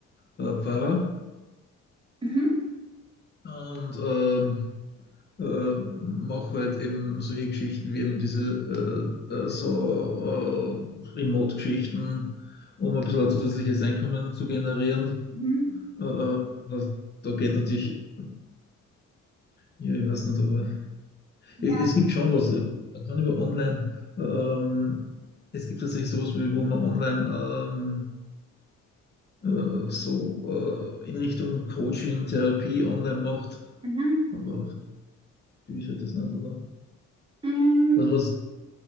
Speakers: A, on the left; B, on the right.
A: äh, Pfarrer
B: Mhm.
A: und ähm, äh, mache halt eben solche Geschichten wie eben diese äh, äh, so äh, Remote-Geschichten, um ein bisschen ein zusätzliches Einkommen zu generieren.
B: Mhm.
A: Äh, äh, was, da geht natürlich, ja, ich weiß nicht, aber.
B: Ja.
A: Es gibt schon was. äh, Man kann über online, ähm, es gibt tatsächlich sowas, wie, wo man online ähm, äh, so äh, in Richtung Coaching, Therapie online macht.
B: Mhm.
A: Aber wie ist halt das nicht, oder?
B: Mm,
A: Was, was?